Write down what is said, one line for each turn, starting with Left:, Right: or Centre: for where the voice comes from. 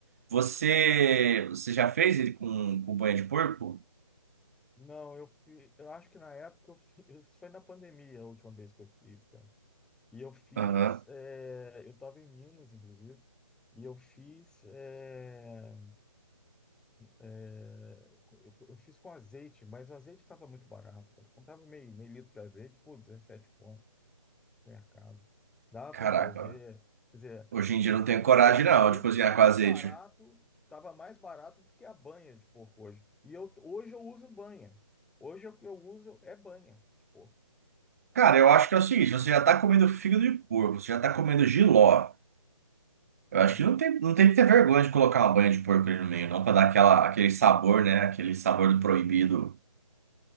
Right: Você, você já fez ele com, com banha de porco?
Centre: Não, eu fiz. Eu acho que na época eu fiz. <laughs> Isso foi na pandemia a última vez que eu fiz, cara. E eu fiz.
Right: Aham.
Centre: é, eu tava em Minas, inclusive. E eu fiz. é, é, eu, eu fiz com azeite, mas o azeite estava muito barato, cara. Eu comprava meio, meio litro de azeite por 17 conto mercado. Dá
Right: Caraca,
Centre: para fazer, quer dizer,
Right: ó. hoje em
Centre: o,
Right: dia eu não tenho coragem
Centre: o, o azeite
Right: não de cozinhar
Centre: tá mais
Right: com azeite.
Centre: barato, tava mais barato do que a banha de porco hoje. E eu, hoje eu uso banha. Hoje o que eu uso é banha de porco.
Right: Cara, eu acho que é o seguinte, você já tá comendo fígado de porco, você já tá comendo jiló. Eu
Centre: Hum.
Right: acho que não tem, não tem que ter vergonha de colocar uma banha de porco ali no meio, não, pra dar aquela, aquele sabor, né? Aquele sabor do proibido.